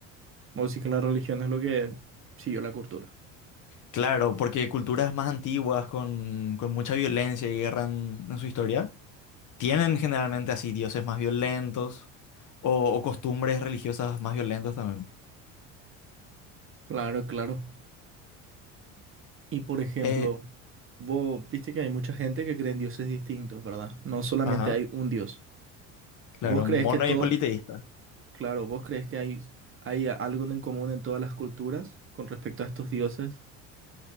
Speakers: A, on the right (about 35°); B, on the left (about 50°).
A: O sí que la religión es lo que siguió la cultura.
B: Claro, porque culturas más antiguas, con, con mucha violencia y guerra en, en su historia, tienen generalmente así dioses más violentos o, o costumbres religiosas más violentas también.
A: Claro, claro. Y por ejemplo,
B: Eh,
A: vos viste que hay mucha gente que cree en dioses distintos, ¿verdad? No solamente
B: ajá,
A: hay un dios.
B: claro,
A: ¿Vos crees
B: mono
A: que todos,
B: y politeísta.
A: claro, vos crees que hay, hay algo en común en todas las culturas con respecto a estos dioses?